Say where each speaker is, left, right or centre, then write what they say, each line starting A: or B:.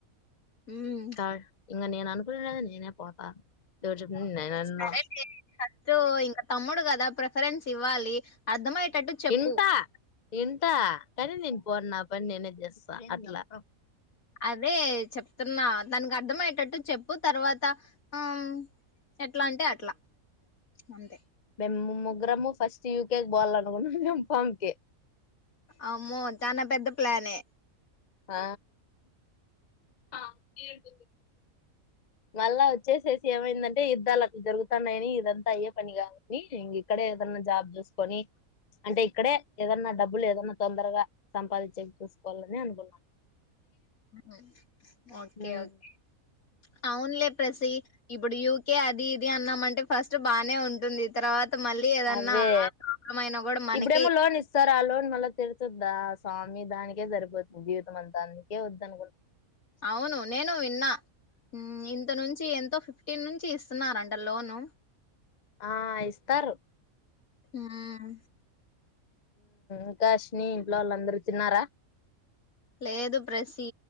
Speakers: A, on the left; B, on the left.
A: మ్మ్
B: కా ఇకా నేను అను నేనే పోతా చెప్పిన నేనన్ను
A: సరే అ ఇంకా తమ్ముడు కదా ప్రిఫరెన్స్ ఇవ్వాలి అర్థమై టట్టు చెప్పు
B: ఇంటా ఇంటా కానీ నేను పోను నా పని నేనే చేస్తా అట్లా
A: అదే చెప్తున్నా దానికి అర్థమయేటట్టు చెప్పు తర్వాత ఆ ఎట్లా అంటే అట్లా అంతే
B: బమ్మ ముగ్రము ఫస్ట్ యూకేకి బవాలనుకుంటన్నాంం పాంకి
A: అమో చనా పెద్ద ప్లానే
B: ఆ ఆ ఏతు మళ్ళా వచ్చేసేసి ఏమైందంటే యుద్ధాలు అ దరుగుతున్నాయని ఇదంతా అయ్యే పని కాదుని ఇం ఇక్కడే ఏదన్నా జాబ్ చూసుకొని అంటే ఇక్కడే ఏదన్నా డబ్బులు ఏదన్నా తొందరగా సంపాదించే చూసుకోవాలని అనుకున్నాను
A: ఆహ ఓకే
B: ఉమ్.
A: ఓకే అవునులే ప్రసి ఇప్పుడు యూకే అది ఇది అన్నామంటే ఫస్ట్ బాగానే ఉంటుంది తర్వాత మళ్ళీ ఏదన్నా
B: అదే
A: ప్రాబ్లం అయినా కూడా మనకే
B: ఇప్పుడేమో లోన్ ఇస్తారా ఆ లోన్ మళ్ళా తెరుతుందా స్వామి దానికే సరిపోతుంది జీవితం అంతానికే వద్ద అనుకుంట
A: అవును నేను విన్నా ఇంత నుంచి ఎంతో ఫిఫ్టీన్ నుంచి ఇస్తున్నారంట లోను
B: ఆ ఇస్తారు
A: హ్మ్.
B: ఇంకాష్ని ఇంట్లో వాళ్ళందరుూ తిన్నారా
A: లేదు ప్రసీ